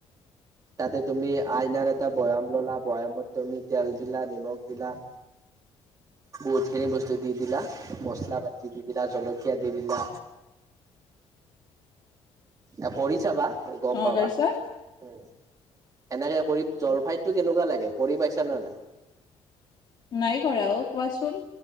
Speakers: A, on the right; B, on the left.
A: তাতে তুমি আইনাৰ এটা বৈয়াম ল'লা, বৈয়ামত তুমি তেল দিলা নিমখ দিলা বহুতখিনি বস্তু দি দিলা মচলা পাতি দি পেলাই জলকীয়া দি দিলা এ কৰি চাবা গ'ম
B: অ
A: পাবা।
B: তাৰপিছত
A: উম, এনেকে কৰি, জলফাইটো কৰি কেনেকুৱা লাগে কৰি পাইছা নে নাই?
B: নাই কৰা অ', কোৱাচোন?